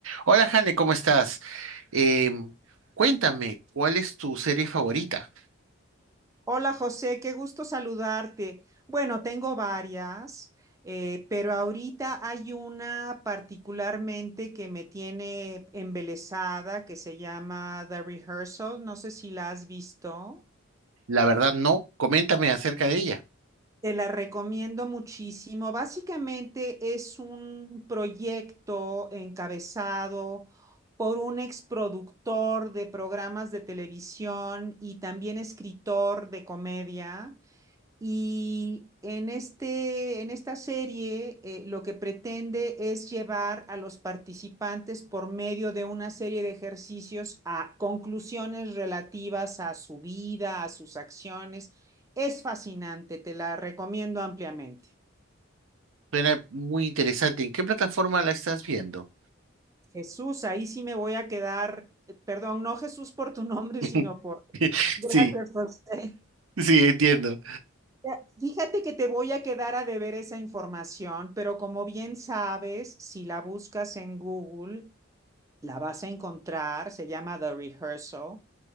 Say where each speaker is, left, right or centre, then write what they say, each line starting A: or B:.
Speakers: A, on the right; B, on the right.
A: Hola, Jane, ¿cómo estás? Em, cuéntame, ¿cuál es tu serie favorita?
B: Hola José, qué gusto saludarte. Bueno, tengo varias, eh, pero ahorita hay una particularmente que me tiene embelesada que se llama The Rehearsal. No sé si la has visto.
A: La verdad, no. Coméntame acerca de ella.
B: Te la recomiendo muchísimo. Básicamente es un proyecto encabezado por un exproductor de programas de televisión y también escritor de comedia Y en este, en esta serie, eh, lo que pretende es llevar a los participantes por medio de una serie de ejercicios a conclusiones relativas a su vida, a sus acciones. Es fascinante, te la recomiendo ampliamente.
A: Suena muy interesante. ¿En qué plataforma la estás viendo?
B: Jesús, ahí sí me voy a quedar, eh, perdón, no Jesús por tu nombre,
A: <laughs>
B: sino por... <laughs> Gracias,
A: Sí,
B: José.
A: sí, entiendo.
B: Ya, Fíjate que te voy a quedar a deber esa información, pero como bien sabes, si la buscas en Google, la vas a encontrar. Se llama The Rehearsal.